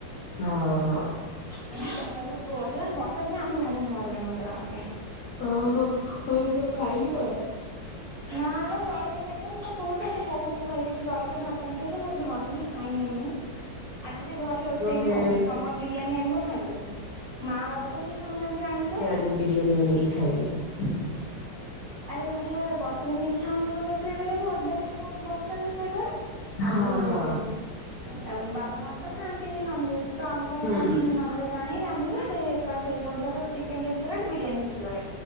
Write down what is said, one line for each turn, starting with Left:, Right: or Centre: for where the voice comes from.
Left: ହଁ ହ।
Right: ଦେଖିଲା ବେଳକୁ ଗୋଳିଆ। ବର୍ଷା ଦିନେ ଆମେ ଭାରି ହଇରାଣ ମତେ ଲାଗେ।
Left: ଓହୋ ହଉ ଝିଅ ଖାଇଲୁ କଣ?
Right: ନା ବା ଜଳକିଆ ଖାଇଯିବା ମୁଁ ତାକୁ କହୁଚି ଆଜି ବହୁତ ଖାଇବି ଜଳଖିଆ ଭାତ ନେଖିଆ ମୋର ଝଡିନି ଖାଇନି ଏବେ ଯାଏଁ। ଆଜି ଯେ ଘରେ ରୋଷେଇ
Left: ଓହେ
Right: ବି ହଉନି। ସମର ବିରିୟାନୀ ଆଣିବ ଖାଇଦେବି। ମା ବାବା ତ କେହି ଖଉନାହାନ୍ତି ଆଇଁଷ।
Left: ହୁଁ ବିରିୟାନୀ ଆଣିକି ଖାଇବି।
Right: ଆରେ ମାନେ ବର୍ଷା ଦିନେ ଇଚ୍ଛା ହଉନି ତାପରେ। ସେ ଘରକୁ ଓଦାରେ ସବୁ ବସିଚନ୍ତି କୁ କୁଆଡେ ଆଉ
Left: ହଁ
Right: ଯୋଉ
Left: ହଁ
Right: ଉଁ ବାବା ମା ତ ଖାଆନ୍ତିନି ନନଭେଜ। ତ ଆମ ପାଇଁ
Left: ହୁଁ।
Right: କାହିଁ ନନଭେଜ ଆଣିକି ରାନ୍ଧିବେ ସେଇ ଏକା ସେଇ ପଇସାରେ ତ ଚିକେନ ଯଦି କରିବା ବିରିୟାନୀ ସେ କରେ।